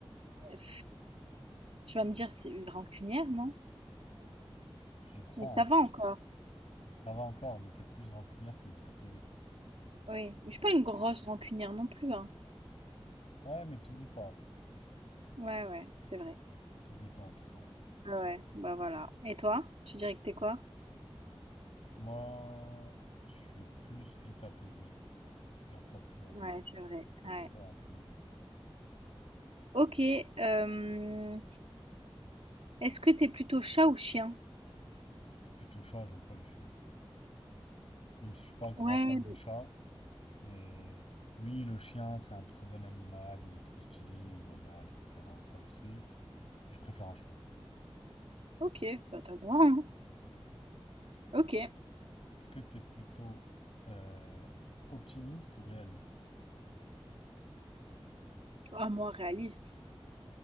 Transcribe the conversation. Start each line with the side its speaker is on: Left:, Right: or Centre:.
Right: pff, Tu vas me dire, c'est une rancunière, non?
Left: Je crois,
Right: Mais ça
Left: hein.
Right: va encore.
Left: Ça va encore, mais t'es plus rancunière que vite apaisée, quoi.
Right: Oui. Mais je suis pas une grosse rancunière non plus, hein.
Left: Ouais, mais t'oublies pas.
Right: Ouais, ouais, c'est vrai.
Left: T'oublies pas, en tout cas.
Right: Bah ouais, bah voilà. Et toi? Tu dirais que t'es quoi?
Left: Moi, je suis plus vite apaisé. Je garde pas trop en vrai,
Right: Ouais,
Left: c'est
Right: c'est vrai. Ouais.
Left: pas trop rancunier.
Right: Ok. euh, Est-ce que t'es plutôt chat ou chien?
Left: Je suis plutôt chat, j'aime pas les chiens. Même si je suis pas grand
Right: Ouais.
Left: fan des chats, mais oui, le chien, c'est un trop bon animal, il est trop stylé, il est loyal, etc. Ça, je sais, mais je préfère un chat.
Right: Ok, bah t'as le droit, hein. Ok.
Left: Est-ce que t'es plutôt euh, optimiste ou réaliste?
Right: Ah, moi, réaliste.